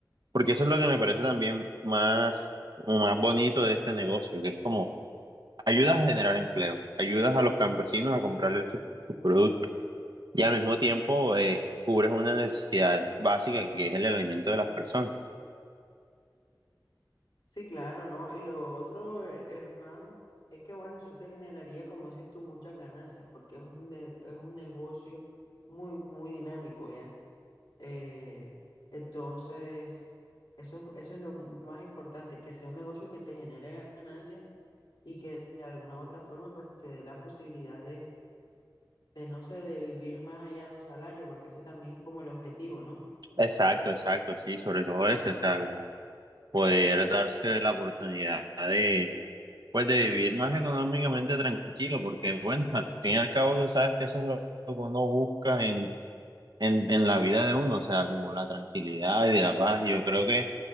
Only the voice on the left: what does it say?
sí, claro, ¿no? Y lo otro, he- hermano, es que bueno, eso te generaría, como dices tú, muchas ganancias porque es un, ne- es un negocio muy, muy dinámico, ¿ya? Eh, entonces, eso, eso es lo más importante, que sea un negocio que te genere ganancias y que de alguna u otra forma pues te dé la posibilidad de de no sé, de vivir más allá de un salario, porque ese también es como el objetivo, ¿no?